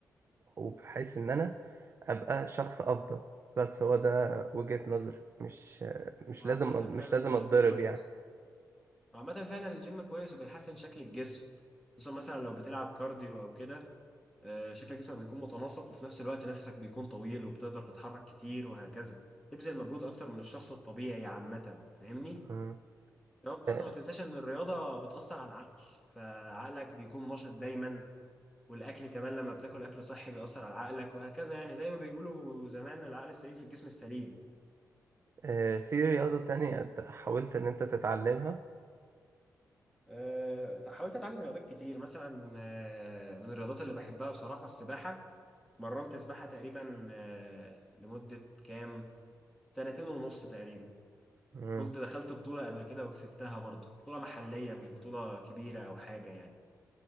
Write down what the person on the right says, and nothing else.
وبحيث ان انا ابقى شخص افضل بس هو ده وجهة نظري مش مش
لازم
مش لازم
اتضرب
يعني
مم.
آه،
آه، في رياضة تانية حاولت ان انت تتعلمها
مم.